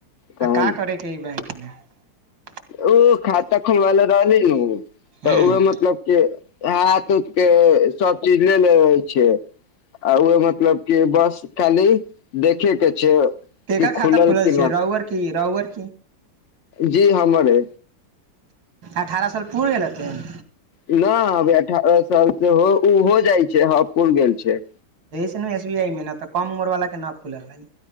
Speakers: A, on the left (about 55°); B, on the right (about 80°).
A: कहन।
B: आ का करैके <unintelligible>
A: ओ खात खोल भल रह रहलल। तऽ
B: हूँ
A: उह मतलब क ह। सु के सब चीज ले ले छै आ ओह मतलब क बस खाली देखे के छै। कि
B: ा खाता खुलल
A: कि
B: छै
A: न
B: रहुअर की रुर।
A: जी हमरे।
B: अठारह साल पूुर गेल हेथिैन।
A: न अभ अठारह साल सेहो जाइ छै ह पुर गेल छै।
B: यह से ने एस बी आई मेह ने त कम उमर वाला के ना खुल ली।